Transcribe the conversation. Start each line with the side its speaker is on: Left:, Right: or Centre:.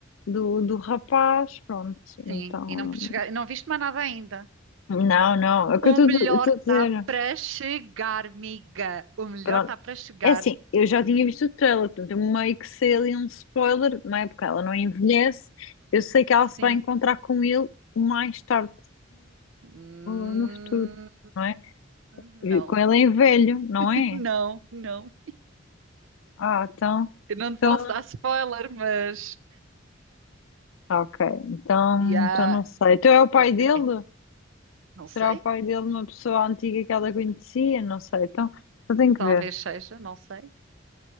Left: do, do rapaz. Pronto, então.
Right: Sim, e não chegar, não viste mais nada ainda.
Left: Não, não, é o que
Right: O
Left: eu
Right: melhor
Left: estou
Right: está
Left: a dizer.
Right: para chegar, amiga. O melhor
Left: Pronto.
Right: está para chegar.
Left: É assim, eu já tinha visto o trailer, portanto, eu meio que sei ali um spoiler, não é? Porque ela não envelhece. Eu sei que ela
Right: Sim.
Left: se vai encontrar com ele mais tarde
Right: Hum,
Left: ou no futuro, não é?
Right: não,
Left: E com ele em velho, não
Right: <laughs>
Left: é?
Right: não, não.
Left: Ah, então,
Right: Eu não te
Left: então,
Right: posso dar spoiler, mas.
Left: ok, então,
Right: Yeah,
Left: então não sei. Então é o pai
Right: é-
Left: dele?
Right: é- não sei.
Left: Será o pai dele uma pessoa antiga que ela conhecia? Não sei, então eu tenho que
Right: Talvez
Left: ver.
Right: seja, não sei.